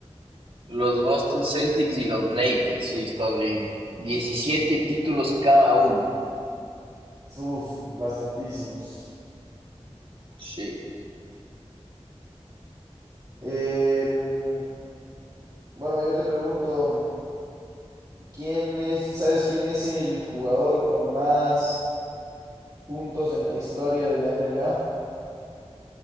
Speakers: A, on the right; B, on the right.
A: Los Boston Celtics y los Lakers, sí, está bien. diecisiete títulos cada uno.
B: Uf, bastantísimos.
A: Sí.
B: Em, bueno, yo te pregunto, ¿quién es, sabes quién es el jugador con más puntos en la historia de la NBA?